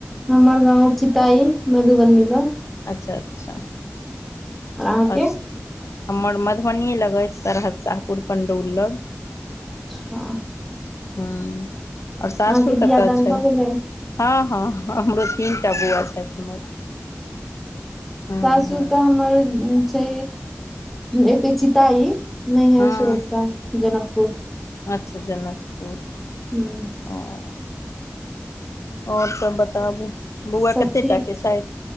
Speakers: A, in the centre; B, on the left (about 80°).
A: हमर गाँव चिताही, मधुबनी लग
B: अच्छा अच्छा
A: और अहाँके
B: अच्छा, हमर मधुबनीए लगय अछि सरहदसाहपुर पण्डौल लग
A: अच्छा
B: हँ आओर
A: अहाँके
B: सासुर कतऽ
A: बियाह दान
B: छै?
A: भऽ गेलै
B: हँ हँ हमरो तीन टा बौआ छथि हमर हँ
A: सासुर
B: हँ
A: तऽ हमर ऊं से एतै चीताई नैहर
B: हँ
A: छै ओतऽ जनकपुर
B: अच्छा जनकपुर
A: हूँ
B: हँ आओर सब बताबू बौआ
A: सब
B: कते
A: ठीक।
B: टा के छथि